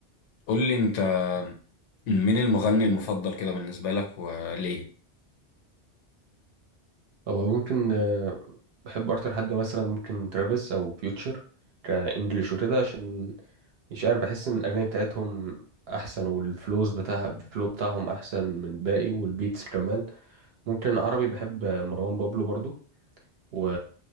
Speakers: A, on the left; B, on the right.
A: قول لي انت مين المغني المفضل كده بالنسبه لك وليه
B: هو ممكن آه، بحب اكتر حد مثلا ممكن ترافيس او فيوتشر كانجليش وكده عشان مش عارف بحس ان الاغاني بتاعتهم احسن والفلوز بتاع الفلو بتاعهم احسن من الباقي والبيتس كمان ممكن عربي بحب مروان بابلو برضو و